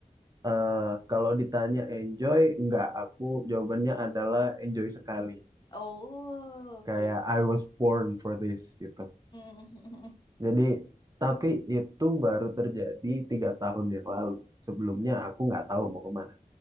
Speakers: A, on the right (about 25°); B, on the left (about 30°).
A: Eh, kalau ditanya enjoy, enggak. Aku jawabannya adalah enjoy sekali.
B: Oh, oke.
A: Kayak I was born for this, gitu.
B: Mm, <laughs>
A: Jadi, tapi itu baru terjadi tiga tahun yang lalu. Sebelumnya aku nggak tahu mau kemana.